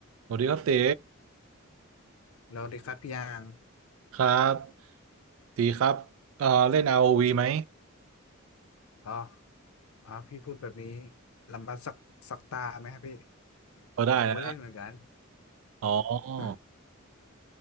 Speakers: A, on the right; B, on the left.
A: สวัสดีครับเต๋
B: แล้วดีครับพี่ยาง
A: ครับตีครับเอ่อเล่น ROV ไหม
B: อ๋ออ๋อพี่พูดแบบนี้ลำบากสักสักตาไหมครับพี่
A: พอได้นะ
B: ผมก็เล่นเหมือนกัน
A: อ๋อ
B: <laughs>